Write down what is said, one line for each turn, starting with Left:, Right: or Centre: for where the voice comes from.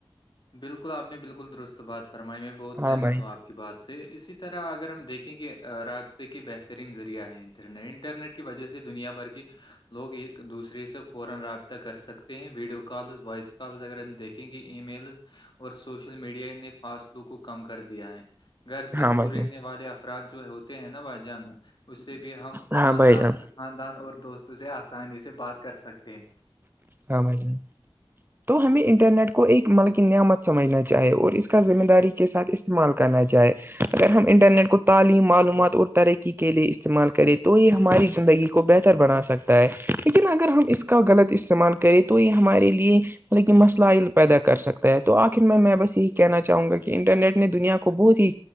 Left: بالکل آپ نے بالکل درست بات فرمائی میں بہت
Right: ہاں
Left: سہمت
Right: بھائی
Left: ہوںپ کی بات سے اسی طرح اگر ہم دیکھیں کہ رابطے کے بہترین ذریعہ ہیں انٹرنیٹ کی وجہ سے دنیا بھر کی لوگ ایک دوسرے سے فورا رابطہ کر سکتے ہیں ویڈیو کالز وائس کالز اگر ان دیکھیں گے ای میلز اور سوشل میڈیا نے فاصلو کو کم کر دیا ہے گھر سے
Right: ہاں
Left: دور
Right: بھائی
Left: رہنے
Right: جان
Left: والے اف ارات جو ہوتے ہیں نا بھائی جان اس سے بھی ہم
Right: ہاں
Left: خاندان
Right: بھائی ہاں
Left: خاندان اور دوستوں سے آسانی سے بات کر سکتے ہیں
Right: ہاں م ج تو ہمیں انٹرنیٹ کو ایک ملکی نعمت سمجھنا چاہے اور اس کا ذمہ داری کے ساتھ استعمال کرنا چاہے اگر ہم انٹرنیٹ کو تعلیم معلومات اور ترقی کے لیے استعمال کریں تو یہ ہماری زندگی کو بہتر بنا سکتا ہے لیکن اگر ہم اس کا غلط استعمال کرے تو یہ ہمارے لیے مطلب مسئائل پیدا کر سکتا ہے تو آخر میں میں بس یہی کہنا چاہوں گا کہ انٹرنیٹ نے دنیا کو بہت ہی